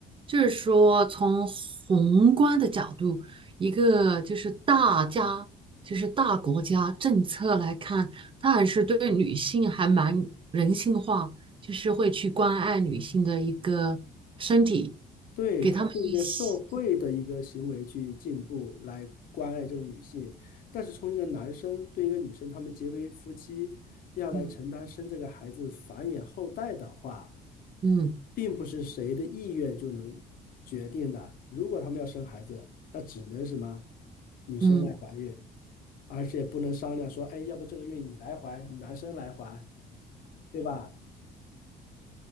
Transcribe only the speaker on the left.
对，
它是一个社会的一个行为去进步，来关爱这个女性。但是从一个男生对一个女生，他们结为夫妻，要来承担生这个孩子繁衍后代的话。
并不是谁的意愿就能决定的。如果他们要生孩子，那只能什么？女生来怀孕，
而且不能商量说，哎，要不这个孕你来怀，男生来怀，对吧？